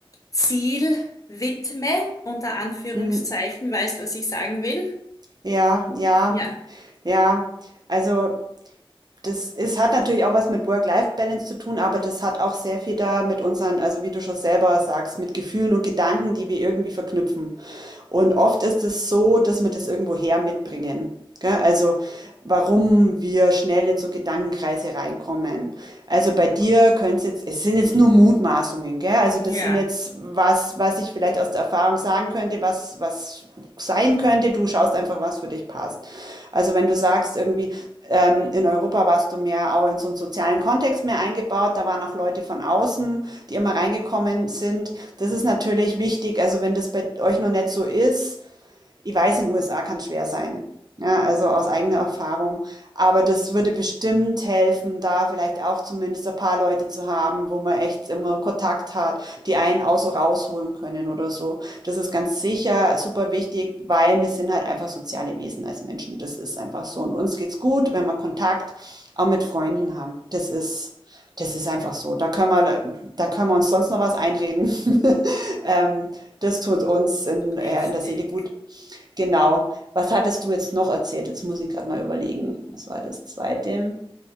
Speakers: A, on the left (about 35°); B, on the right (about 45°).
A: Ziel widme, unter Anführungszeichen,
B: mm.
A: weißt, was ich sagen will?
B: Ja, ja,
A: Ja.
B: ja. Also Das ist hat natürlich auch was mit Work-Life-Balance zu tun, aber das hat auch sehr viel da mit unseren, also wie du schon selber sagst, mit Gefühlen und Gedanken, die wir irgendwie verknüpfen. Und oft ist es so, dass wir das irgendwoher mitbringen. Gell? Also, warum wir schnell in so Gedankenkreise reinkommen. Also bei dir könnte es jetzt, es sind jetzt nur Mutmaßungen, gell? Also
A: Ja,
B: das sind jetzt was, was ich vielleicht aus der Erfahrung sagen könnte, was, was sein könnte. Du schaust einfach, was für dich passt. Also wenn du sagst, irgendwie, ähm, in Europa warst du mehr auch in so einen sozialen Kontext mehr eingebaut, da waren auch Leute von außen, die immer reingekommen sind. Das ist natürlich wichtig. Also wenn das bei euch noch nicht so ist, ich weiß, in den USA kann es schwer sein. Ja, also aus eigener Erfahrung. Aber das würde bestimmt helfen, da vielleicht auch zumindest ein paar Leute zu haben, wo man echt immer Kontakt hat, die einen auch so rausholen können oder so. Das ist ganz sicher super wichtig, weil wir sind halt einfach soziale Wesen als Menschen. Das ist einfach so. Und uns geht's gut, wenn wir Kontakt auch mit Freunden haben. Das ist, das ist einfach so. Da können wir, da können wir uns sonst noch was einreden. <laughs> Ähm, das tut uns in, ja,
A: richtig.
B: in der Seele gut. Genau. Was hattest du jetzt noch erzählt? Jetzt muss ich gerade mal überlegen. Was war das zweite?